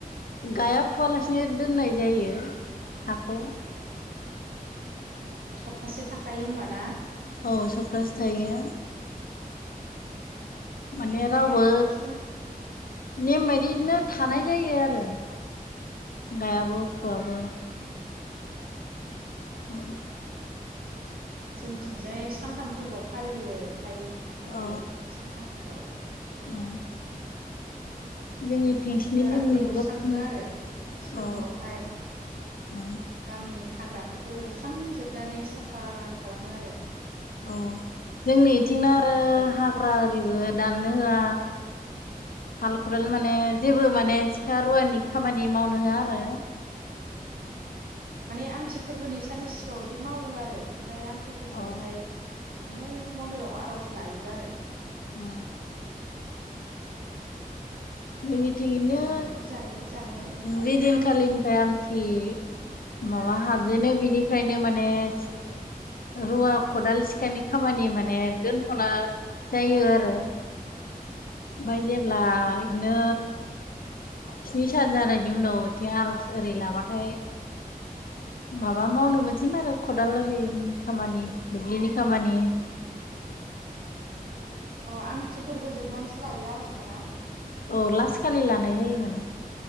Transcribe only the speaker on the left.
गाया फुवालासिनो दोननाय जायो। हाखौ
औ सफ्थासे थायो। माने रावबो
नेम
बायदिनो थानाय जायो आरो
गायाबो फुवाबो।
ओं
अ
उम जोंनिथिं स्नि
दिन
ग्रोब होनो
अ उम
औ जोंनि थिंना आरो
हाग्रा आरिबो दाननो होआ हाल-खदाल माने जेबो माने सिखा रुवानि खामानि मावनो होआ आरो।
अ
अ जोंनिथिंनो
जे दिनखालिनिफ्राय आमथि माबा हाबजेनो बिनिफ्रायनो माने सि रुवा खदाल सिखानि खामानि माने दोनथ'नाय जायो आरो। ओमफ्राय जेब्ला नो स्नि सान जानायनि उनाव इथिं आरज ओरै लाबाथाय
माबा मावनो मोन सिगोन आरो खदाल ओरिनि खामानि। दुब्लिनि खामानि
औ लास खालि लानाय जायो माने।